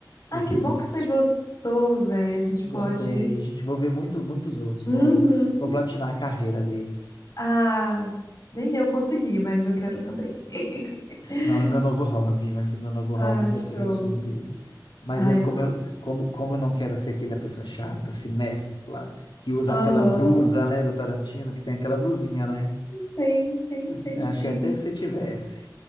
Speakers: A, on the left; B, on the left.
A: Ah,
B: desse
A: que bom
B: vício.
A: que você gostou, velho. A gente
B: Gostei.
A: pode.
B: A gente vou ver muito, muitos outros.
A: Uhum.
B: Vou, vou platinar a carreira dele.
A: Ah, nem eu consegui, mas eu quero também. <laughs>
B: Não, é meu novo hobby, vai ser meu novo
A: Ah,
B: hobby, vai
A: show.
B: ser ver os filmes dele. Mas
A: Ah,
B: eu-
A: é
B: como
A: bom.
B: eu, como, como eu não quero ser aquela pessoa chata, cinéfila, que usa
A: Aham.
B: aquela blusa, né, do Tarantino, que tem aquela blusinha, né?
A: Tem, tem, tem,
B: Eu achei
A: tem.
B: até que você tivesse.